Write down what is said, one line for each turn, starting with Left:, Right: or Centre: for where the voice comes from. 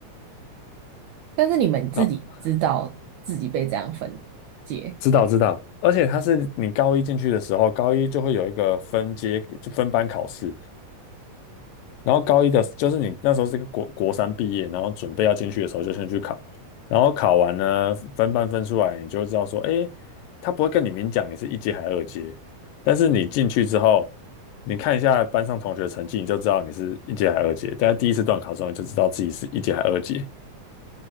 Right: 但是你们自己知道自己被这样分解，
Left: 那知道知道，而且他是你高一进去的时候，高一就会有一个分阶就分班考试，然后高一的，就是你那时候是个国国三毕业，然后准备要进去的时候就先去考，然后考完呢，分班分出来，你就知道说，诶，他不会跟你明讲你是一阶还是二阶，但是你进去之后，你看一下班上同学的成绩，你就知道你是一阶还是二阶。大家第一次段考中，你就知道自己是一阶还是二阶。